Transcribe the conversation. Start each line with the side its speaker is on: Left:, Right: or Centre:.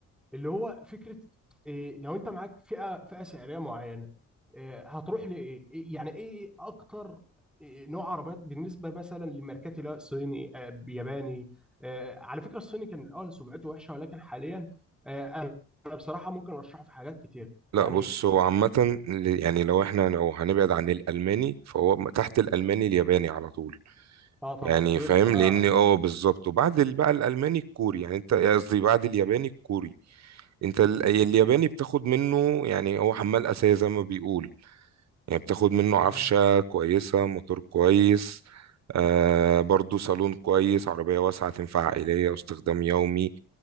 Centre: اللي هو فكره إيه لو انت معاك فئه فئه سعريه معينه إيه هتروح لايه؟ إيه- يعني ايه اكتر إيه نوع عربيات بالنسبه مثلا لماركات اللي هو صيني آه، ياباني آه، على فكره الصيني كان الاول سمعته وحشه ولكن حاليا آه، انا أنا بصراحه ممكن ارشحه في حاجات كتير
Right: لا
Centre: يعني
Right: بص هو
Centre: إيه؟
Right: عامة ال- يعني لو احنا لو هنبعد عن الألماني فهو م- تحت الألماني الياباني على طول
Centre: اه طبعا
Right: يعني
Centre: تويوتا
Right: فاهم
Centre: بقى
Right: لأن اه بالظبط وبعد ال- بقى الألماني الكوري يعني انت قصدي بعد الياباني الكوري انت ال- الياباني بتاخد منه يعني هو حمال أساسي زي ما بيقول يعني بتاخد منه عفشة
Centre: مم.
Right: كويسة موتور كويس آه برضو صالون كويس عربية واسعة تنفع عائلية واستخدام يومي